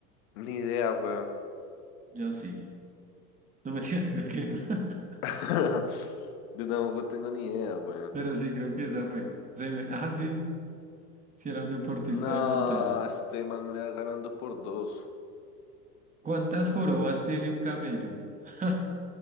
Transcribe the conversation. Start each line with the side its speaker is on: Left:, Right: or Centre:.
Left: Ni idea, weón.
Right: Yo sí. No me tiras, <laughs> creo que no. <laughs>
Left: <laughs> Yo tampoco tengo ni idea, weón.
Right: Pero sí, creo que esa fue. Se me... Ah, sí. Si era un deportista
Left: No,
Right: de montaña.
Left: este man me va ganando por dos.
Right: ¿Cuántas jorobas tiene un camello? <laughs>